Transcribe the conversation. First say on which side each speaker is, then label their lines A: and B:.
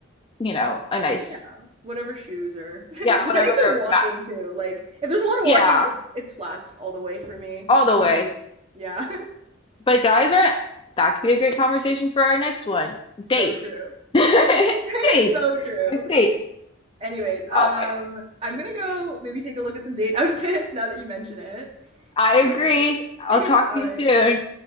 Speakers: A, on the left (about 25°); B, on the right (about 30°).
A: you know, a nice
B: Yeah, whatever shoes are. <laughs> Depending
A: yeah,
B: if
A: whatever
B: there's walking
A: mat.
B: too. Like if there's a lot of
A: Yeah,
B: walking, it's it's flats all the way for me.
A: all
B: I'm
A: the way.
B: not even. Yeah. <laughs>
A: But guys are that could be a great conversation for our next one.
B: So
A: Date.
B: true.
A: <laughs>
B: <laughs>
A: Date.
B: So true.
A: Date.
B: Anyways, um,
A: Oh my
B: I'm gonna go maybe take a look at some date <laughs> outfits now that you mention it.
A: I
B: Yeah.
A: agree. I'll
B: <laughs>
A: talk
B: All
A: to you
B: right.
A: soon.